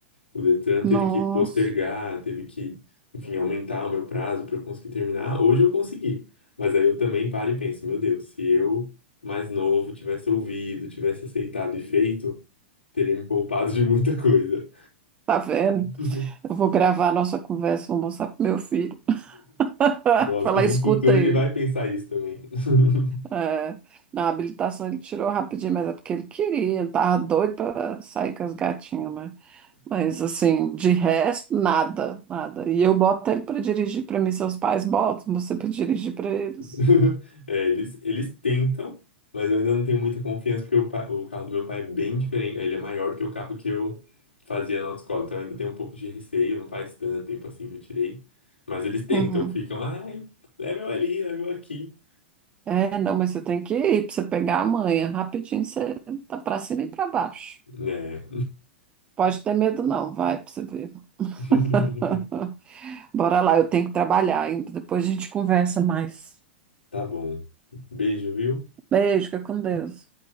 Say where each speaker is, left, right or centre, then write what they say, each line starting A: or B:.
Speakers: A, on the left; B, on the right.
A: O Detran teve
B: Nossa,
A: que postergar, teve que, enfim, aumentar o meu prazo para eu conseguir terminar. Hoje eu consegui, mas aí eu também paro e penso, meu Deus, se eu mais novo tivesse ouvido, tivesse aceitado e feito, teria me poupado de muita coisa.
B: tá vendo?
A: <laughs>
B: Eu vou gravar a nossa conversa, vou mostrar pro meu filho. <laughs>
A: Gosto
B: Falar,
A: que num
B: escuta
A: futuro
B: aí.
A: ele vai pensar isso também. <laughs>
B: É, na habilitação ele tirou rapidinho, mas é porque ele queria, ele tava doido para sair com as gatinhas, né? Mas assim, de resto, nada, nada. E eu boto ele para dirigir para mim, seus pais botam você para dirigir para eles.
A: <laughs> É, eles, eles tentam, mas eu ainda não tenho muita confiança porque o, pa- o carro do meu pai é bem diferente. Ele é maior do que o carro que eu fazia na autoescola. Então eu ainda tenho um pouco de receio, não faz tanto tempo assim que eu tirei. Mas eles tentam,
B: Uhum.
A: ficam, ai, leva eu ali, leva eu aqui.
B: É, não, mas você tem que ir para você pegar a manha, rapidinho você tá para cima e para baixo.
A: É.
B: Pode ter medo, não. Vai pra você ver.
A: <laughs>
B: <laughs> Bora lá, eu tenho que trabalhar ainda. Depois a gente conversa mais.
A: Tá bom. Beijo, viu?
B: Beijo, fica com Deus.